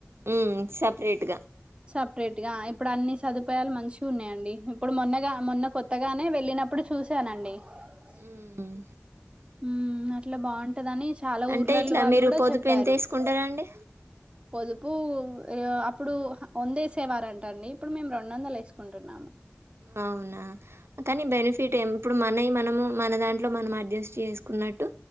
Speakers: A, on the right (about 70°); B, on the right (about 25°).
A: ఉ సపరేట్గా
B: సపరేట్ గా ఇప్పుడు అన్ని సదుపాయాలు మంచిగున్నాయండి. హు ఇప్పుడు మొన్నగా మొన్న కొత్త గానే వెళ్ళినప్పుడు చూశానండి.
A: ఉమ్
B: <inaudible> ఉమ్ అట్ ట్ల బాగుంటదని చాలా
A: అంటే
B: ఊర్లొళ్ళు
A: ఇట్లా
B: వాళ్ళు
A: మీరు
B: కూడా
A: పొదుపు
B: చెప్పారు.
A: ఎంత వేసుకుంటారండి
B: పొదుపు అప్పుడు వందేసేవారంట అండి. ఇప్పుడు మేం రెండు వందలు వేసుకుంటున్నాము.
A: అవునా కానీ బెనిఫిట్ ఇప్పుడు మనయి మనము మన దాంట్లో మనం అడ్జస్ట్ చేసుకున్నట్టు